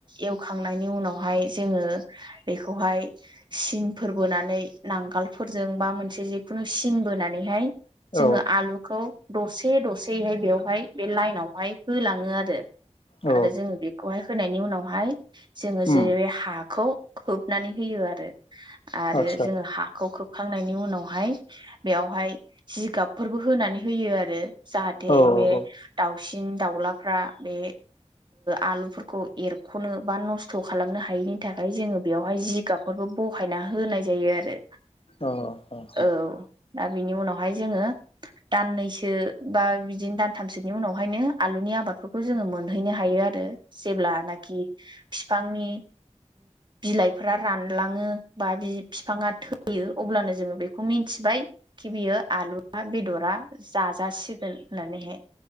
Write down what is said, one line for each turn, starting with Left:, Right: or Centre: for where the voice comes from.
Right: एवखांनायनि उनाव, हाय जोङो बेखौहाय सिनफोर बोनानै नांगालफोरजों बा मोनसे जिखुनु सिन बोनानैहाय
Left: औ
Right: जोङो आलुखौ दरसे दरसेैहाय बेवहाय बे लाइनावहाय होलाङो आरो आरो
Left: औ
Right: जोङो बेखौहाय होनायनि उनावहाय जोङो
Left: उम
Right: जेरै हाखौ खोबनानै होयो आरो आरो
Left: आदसा
Right: जोङो हाखौ खोबखांनायनि उनाव हाय बेयावहाय जिगाबफोरबो होनानै होयो आरो जाहाथे
Left: औ
Right: बे
Left: औ
Right: दाउसिन दाउलाफ्रा बे आलुफोरखौ एरख'नो बा नस्थ' खालामनो हायैनि थाखाय। ओमफ्राय जोङो बेयावहाय जिगाबफोरबो बहायना होनाय जायो आरो
Left: अ अ!
Right: औ दा बिनि उनावहाय जोङो दाननैसो बा बिदिनो दानथामसोनि उनावहायनो आलुनि आबादफोरखौ जोङो मोनहैनो हायो आरो जेब्लानखि बिफांनि बिलाइफोरा रानलाङो बा बि बिफाङा थैयो। अब्लानो जोङो बेखौ मिन्थिबाय खि बियो आलुआ बेदरा जाजासिगोन होननानैहाय।